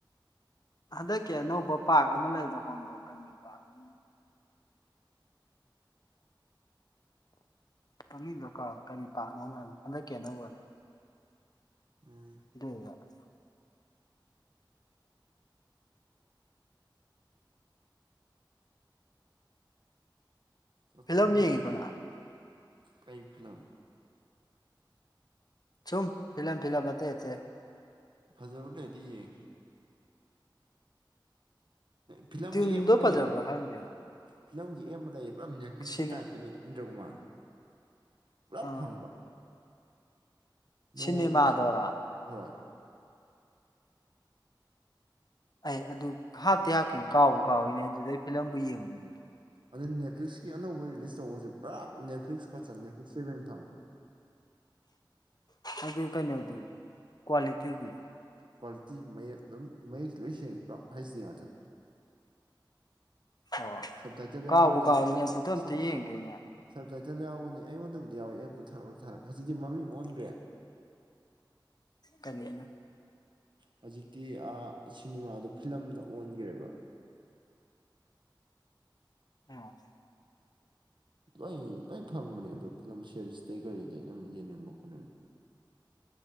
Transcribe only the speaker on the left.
ꯍꯟꯗꯛꯀꯤ ꯑꯅꯧꯕ ꯄꯥꯔꯛ ꯑꯃ ꯂꯩꯕ꯭ꯔꯥ ꯈꯪꯕ꯭ꯔꯣ ꯀꯕꯤ ꯄꯥꯛ <inaudible> ꯃꯃꯤꯡꯗ‌ꯣ ꯀꯥꯎ ꯀꯔꯤ ꯄꯥꯛꯅꯣꯝ ꯍꯥꯏꯕꯅꯤ ꯍꯟꯗꯛꯀꯤ ꯑꯅꯧꯕ
<unintelligible>
ꯐꯤꯂꯝ
ꯌꯦꯡꯉꯤꯕꯣ ꯅꯪ
ꯆꯨꯝ ꯐꯤꯂꯝ ꯐꯤꯂꯝ ꯑꯇꯩ ꯑꯇꯩ
ꯗ꯭ꯌꯨꯟꯗꯣ
ꯐꯖꯕ꯭ꯔꯥ ꯈꯪꯗꯦ
ꯁꯤꯅꯦ
ꯑꯥ
ꯁꯤꯅꯦꯃꯥꯗꯔꯥ
ꯑꯩ ꯑꯗꯨ ꯍꯥꯞꯇꯤ ꯍꯥꯞꯈꯤꯝꯅꯤ ꯀꯥꯎꯕꯨ ꯀꯥꯎꯋꯤꯅꯦ ꯑꯗꯨꯗꯩ ꯐꯤꯂꯝꯕꯨ ꯌꯦꯡꯕꯨ ꯌ‌ꯦꯡ
ꯑꯗꯨ ꯀꯩꯅꯣꯗꯨ ꯀ꯭ꯋꯥꯂꯤꯇꯤꯗꯤ
ꯑꯣ
ꯀꯥꯎꯕꯨ
ꯀꯥꯎꯏꯅꯦ
ꯑꯗꯨꯗ ꯑꯝꯇ
ꯌꯦꯡꯒꯦꯅꯦ
ꯀꯔꯤꯅ
ꯑꯣ